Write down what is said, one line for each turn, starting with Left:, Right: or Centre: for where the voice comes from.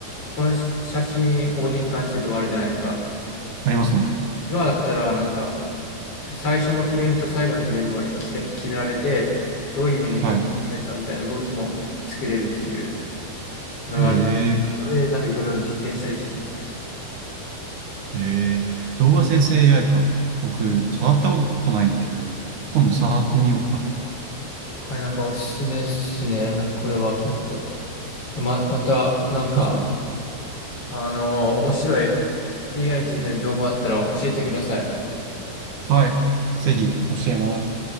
Left: この写真を変換してとかあるじゃないですか。
Right: ありますね。
Left: 今だったら、なんか、最初のフレームと最後のフレームは決め決められて、どういうふうに変換したいかみたいな動きも作れるっていう
Right: はい。
Left: のがあるんで。
Right: へえ。
Left: それで、なんかいろいろ実験したりしてますね。
Right: ええ動画生成 AI か。僕、触ったことないんで、今度触ってみようかな。
Left: はい、なんかおすすめっすね。なんかこれは結構。ま、また、なんか、
Right: そうです。
Left: あのー面白い AI についての情報あったら教えてください。
Right: はい。ぜひ、教えます。